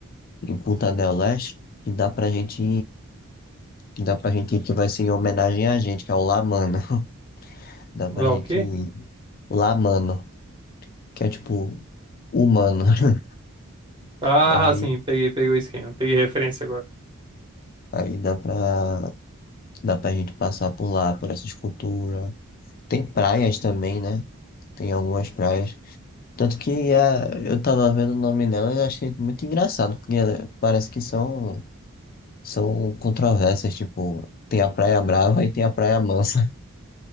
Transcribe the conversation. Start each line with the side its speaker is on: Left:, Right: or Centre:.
Left: em Punta del Este que dá pra gente, que dá pra gente ir, que vai ser em homenagem a gente, que é o La Mano. <laughs> Dá
Right: Lá
Left: pra gente
Right: o quê?
Left: ir La Mano, que é tipo humano. <laughs>
Right: Ah,
Left: Aí,
Right: sim, peguei, peguei o esquema. Peguei referência agora.
Left: aí dá pra, dá pra gente passar por lá, por essa escultura. Tem praias também, né? Tem algumas praias. Tanto que é, eu tava vendo o nome dela e achei muito engraçado, porque ela- parece que são São controvérsias, tipo, tem a Praia Brava e tem a Praia Mansa.